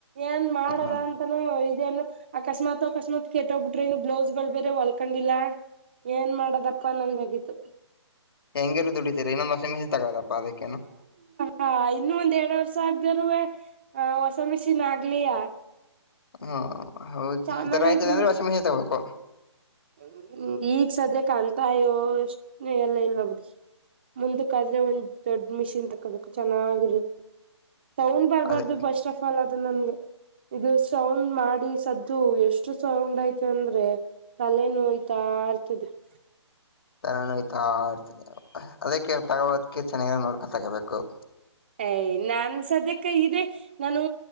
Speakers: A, on the right; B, on the left.
A: ಏನ್ ಮಾಡದ
B: ಹ್ಮ್
A: ಅಂತ <unintelligible> ಾನ ಇದೇನು ಅಕಸ್ಮಾತ್ ಅಕಸ್ಮಾತ್ ಕೆಟ್ಟೋಗ್ಬಿಟ್ರಿ ಇ ಬ್ಲೌಸ್ ಗಳು ಬೇರೆ ಹೊಲ್ಕೊಂಡಿಲ್ಲಾ <unintelligible> ಏನ್ ಮಾಡದಪ್ಪಾ ನಂಗಗತು <unintelligible>
B: ಹೆಂಗೆಲ್ಲ ದುಡಿತೀರಿ ಇನ್ನೊಂದುಸಷ ಮಿಸಿ ತಗೋಪ್ಪ ಅದಕ್ಕೇನು <unintelligible>
A: ಹ ಇನ್ನು ಒಂದ್ ಎರಡ್ ವರ್ಷ ಆಗದರುವೆ ಹೊಸ ಮಿಷಿನ್ ಆಗ್ಲಯಾ <unintelligible>
B: ಹ್ಮ ಹೆ
A: ಚೆನ್ನಾಗಯ್ತು
B: ಈ ತರ ಆಯ್ತದೆ ಅಂದ್ರೆ ವಷಿ ಮಿಹಲ್ ತಗೋಬೇಕು <unintelligible>
A: ಹ್ಮ ಈಗ್ ಸದ್ಯ ಕಾಣ್ತಾಯೋ ಎಷ್ಟ ಎಲ್ಲ ಇಲ್ಲ ಬಿಡಿ <unintelligible> ಮುಂದಕ್ಕ ಆದ್ರೆ ಒಂದ್ ದೊಡ್ ಮಿಷಿನ್ ತಕೋಬೇಕು ಚೆನ್ನಾಗಿರುತ್ತೆ <unintelligible> ಸೌನ್ಡ್ ಬರ್ಬಾರ್ದು
B: ಅದೇ
A: ಬಸ್ <unintelligible> ಫಲ್ ಅದು ನನ್ಗೆ ಇದು ಸೌಂಡ್ ಮಾಡಿ ಸದ್ದು ಎಷ್ಟು ಸೌಂಡ್ ಐತೆ ಅಂದ್ರೆ <unintelligible> ತಲೆ ನೋಯ್ತಾ ಇರ್ತದೆ <unintelligible>
B: ತಲೆ ನೋಯ್ತಾ ಇರ್ತದೆ ಅದಕ್ಕೆ ತಗೋದಕ ಚೆನ್ನಾಗಿರ ನೋಡ್ಕೊತಗೋಬೇಕು <unintelligible>
A: ಯ ನಾನ್ ಸದ್ಯಕ್ಕೆ ಇದೆೇ ನಾನೂ